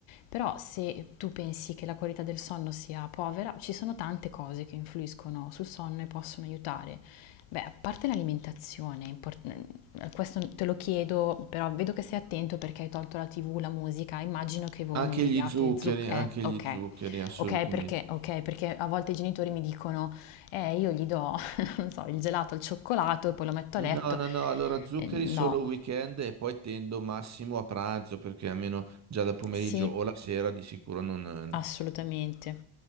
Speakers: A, on the left; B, on the right.
A: però se tu pensi che la qualità del sonno sia povera, ci sono tante cose che influiscono sul sonno e possono aiutare. Beh, a parte l'alimentazione, è import- eh, questo te lo chiedo, però vedo che sei attento perché hai tolto la TV, la musica, immagino che voi
B: Anche
A: non gli
B: gli
A: diate
B: zuccheri,
A: zuc... Eh,
B: anche
A: ok.
B: gli zuccheri, assolutamente.
A: Ok, perché, ok, perché a volte i genitori mi dicono, eh, io gli do non so, il gelato al cioccolato e poi lo metto
B: No,
A: a letto.
B: no, no, allora zuccheri
A: Eh, no,
B: solo weekend e poi tendo massimo a pranzo perché almeno già da pomeriggio
A: sì,
B: o la sera di sicuro non...
A: assolutamente.